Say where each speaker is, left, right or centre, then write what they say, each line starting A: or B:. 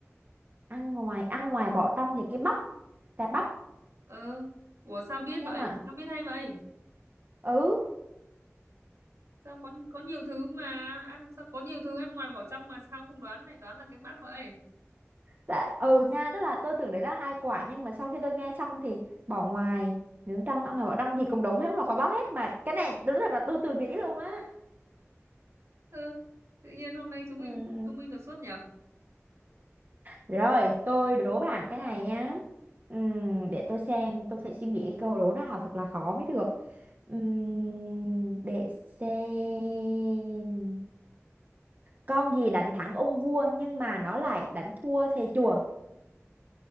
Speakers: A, on the right; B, on the right.
A: Ăn ngoài, ăn ngoài bỏ trong thì cái bắp, cà bắp.
B: ơ ủa sao biết
A: Nhưng
B: vậy
A: mà
B: sao biết hay vậy
A: ừ
B: sao có có nhiều thứ mà ăn sao có nhiều thứ ăn ngoài bỏ trong mà sao không đoán lại đoán là cái bát vậy
A: Tại, ừ nha, tức là tôi tưởng đấy là hai quả nhưng mà sau khi tôi nghe xong thì bỏ ngoài nướng trong ăn ngoài bỏ trong gì cũng đúng hết không là quả bóp hết mà cái này đúng thật là tôi tự nghĩ luôn á
B: ơ tự nhiên hôm nay chúng
A: Ừm,
B: mình chúng mình đột xuất nhở
A: Rồi tôi đố bạn cái này nhá Ừm, để tôi xem tôi phải suy nghĩ câu đố nào thật là khó mới được Ừm, để xem con gì đánh thắng ông vua nhưng mà nó lại đánh thua thầy chùa